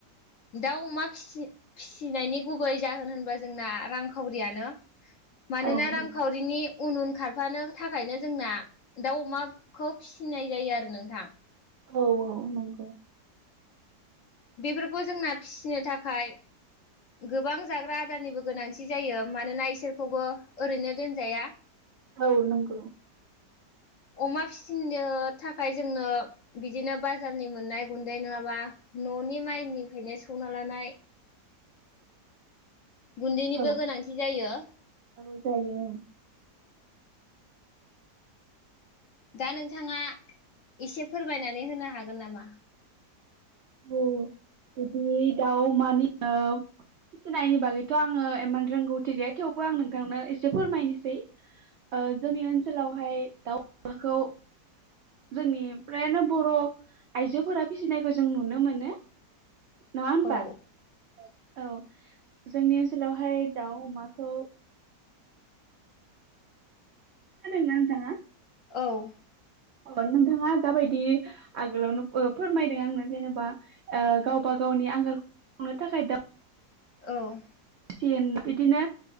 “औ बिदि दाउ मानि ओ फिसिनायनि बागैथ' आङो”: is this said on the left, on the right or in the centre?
Right